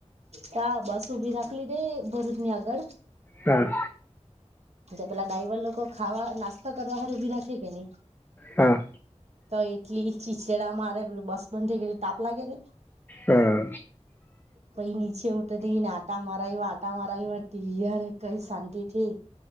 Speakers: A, on the right (about 65°); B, on the left (about 15°).
A: તા બસ ઊભી રાખલી દે ભરૂચ ની આગળ
B: હા
A: પેલા ડાઈવર લોકો ખાવા નાસ્તા કરવા હાર ઉભી રાખે કે નહી
B: હા
A: તો એટલી ચીચેડા માંરે પેલું બસ બંધ થઈ ગઈ તાપ લાગે કે
B: હા.
A: પહી નીચે ઉટે તે નાતા મારા એવા આટા મારા એવા ત્યારે કઈ શાંતિ થી